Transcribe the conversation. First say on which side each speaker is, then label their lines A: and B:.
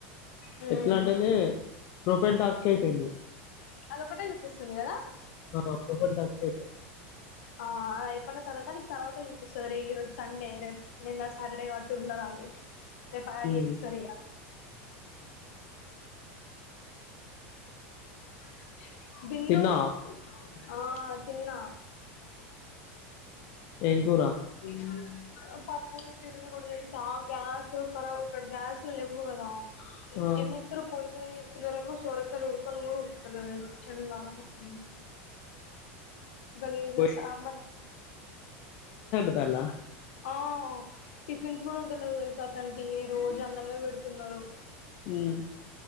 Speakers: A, on the left (about 75°); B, on the left (about 55°).
A: హ్మ్
B: ఎట్లాంటేనే ప్రొఫైల్ టాస్క్ చెడిపోయింది
A: అదొకటే చూపిస్తుంది కదా
B: ఆ ప్రొఫైల్ టాస్క్ అయిపోయింది
A: ఆ ఎప్పనా తర్తా తర్వాత చూపిస్తారు ఈరోజు సండే రే నిన్న సాటర్డే అట్టి ఉండరూ ఆళ్ళు రేప్ యాడ్
B: ఉమ్
A: చేస్తారు ఇగ <inaudible> బిందూ
B: తిన్నావా
A: ను ఆ తిన్నా
B: ఏం కూర
A: మ్మ్ పప్పు పెట్ తిరుని కూడా తెలుసా గ్యాస్ కరాబ్ ఇక్కడ గ్యాస్ లేవ్వు కదా
B: ఆ
A: ఏమ్ చెత్తారు పొయ్యి మీద చేస్ ఇందులో ఏమో సొరకల్ ఉడుకన ను కూడా ఉడు అస్సలు చండాలంగా ఉంది గలీజ్
B: పొయ్యి
A: ఆ సాంబార్
B: డల
A: అవు టిఫిన్స్ కూడా ఉంటాలేవ్ చచంటి రోజు అన్నమే పెడుతున్నారు
B: మ్మ్